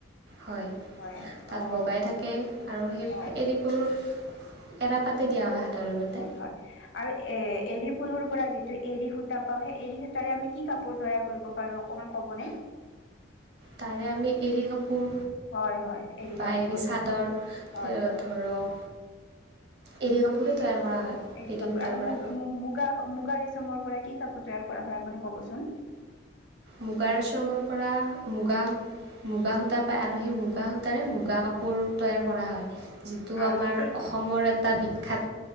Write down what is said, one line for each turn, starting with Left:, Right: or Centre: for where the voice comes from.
Right: হয়
Left: হয়
Right: তাত
Left: অ
Right: বগাই থাকে আৰু সেই
Left: হয়
Right: এৰি পলুৰ এৰা পাতেতি দিয়া সাধাৰণতে
Left: হয় হয় আৰু এ এৰি ফুলৰ পৰা যিটো এৰী সূতা পাওঁ সেই এৰী সূতাৰে আমি কি কাপোৰ তৈয়াৰ কৰিব পাৰো অকনমান কবনে উ
Right: তাৰে আমি এৰী কাপোৰ
Left: হয় হয় এৰী
Right: বা
Left: কাপোৰ
Right: এৰি চাদৰ
Left: হয় হয়
Right: ধৰক এৰি কাপোৰো তৈয়াৰ কৰা। হয়
Left: এৰি
Right: এৰী
Left: কাপোৰ
Right: সূতাৰ
Left: আৰু
Right: পৰা
Left: মুগ মুগা মুগা ৰেচামৰ পৰা কি কাপোৰ তৈয়াৰ। য়াৰ কৰা হয় আপুনি ক'ৱচোন।
Right: মুগা ৰেচমৰ পৰা মুগা। মুগা সূতা পায় আৰু সেই মুগা সূতাৰে মুগা কাপোৰ। তৈয়াৰ কৰা হয় যিটো
Left: আৰু
Right: আমাৰ
Left: ঠিক
Right: অসমৰ এটা বিখ্যাত।